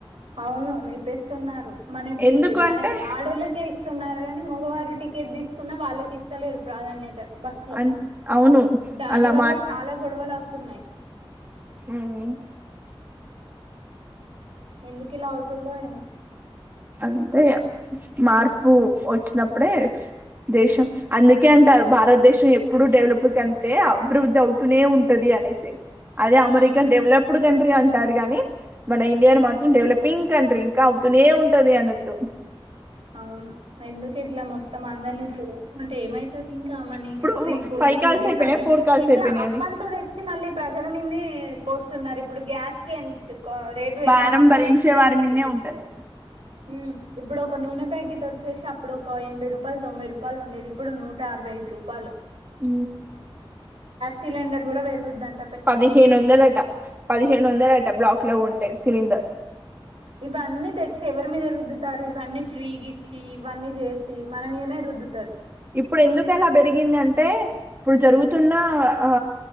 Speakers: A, on the right; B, on the right.
A: అవును లేపిస్తున్నారు మనకి
B: ఎందుకు
A: మన
B: అంటే
A: ఆడోళ్ళకే ఇస్తున్నారు గాని మగవారు టికెట్ తీసుకున్నా వాళ్ళకి ఇస్తలేరు ప్రాధాన్యత బస్ లో
B: అన్ అవును
A: దాని
B: అలా
A: వల్ల చాలా గొడవలు అవుతున్నాయి
B: అవును
A: ఎందుకు ఇలా అవుతుందో ఏమో
B: అంతే ఇగ మార్పు వచ్చినప్పుడే దేశం అందుకే అంటారు భారతదేశం ఎప్పుడు డెవలప్ కంటే అభివృద్ధి అవుతూనే ఉంటది అని అనేసి అదే
A: హ్మ్
B: అమెరిన్ డెవలప్డు కంట్రీ అం టారు గాని మన ఇండియాను మాత్రం డెవలపింగ్ కంట్రీ ఇంకా అవుతూనే ఉంటది అన్నట్టు
A: అవును ఎందుకు ఇట్లా మొత్తం అందరినీ ఇట్ల చేస్తుంటే ఏమైతది ఇంకా మనీ
B: ఇప్పుడు
A: ఫ్రీకు
B: ఫైవ్
A: స్కూటీస్
B: కాల్స్ అయిపోయినాయి
A: అని
B: ఫోర్ కాల్స్
A: ఇట్లా
B: అయిపోయినాయి
A: అప్పంతా
B: అని
A: తెచ్చి మళ్ళీ ప్రజల మీనే పోస్తున్నారు ఇప్పుడు గ్యాస్ కి ఎంత క రేటు పెరిగిందంట
B: భారం భరించే
A: సిలిండర్
B: వారి మీనే ఉంటది
A: ఊ ఇప్పుడు ఒక నూనె ప్యాకెట్ వచ్చేసి అప్పుడు ఒక ఎనభై రూపాయలు తొంభై రూపాయలు ఉండేది ఇప్పుడు నూట అరవై రూపాలు
B: ఊ
A: సిలిండర్ కూడా పెరుగుద్దన్
B: పదిహేను వందలట పదిహేను వందలట బ్లాక్ లో కొంటె సిలిండర్
A: ఇవన్నీ తెచ్చి ఎవరి మీద రుద్దుతారు ఇవన్నీ ఫ్రీగిచ్చి ఇవన్నీ చేసి మన మీదనే రుద్దుతరు
B: ఇప్పుడు ఎందుకు ఎలా పెరిగిందంటే ఇప్పుడు జరుగుతున్న ఆ